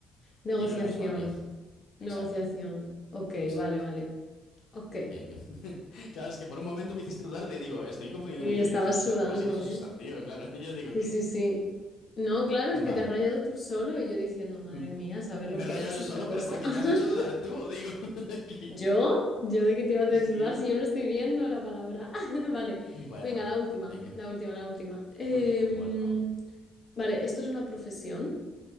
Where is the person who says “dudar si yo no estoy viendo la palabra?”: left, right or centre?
Left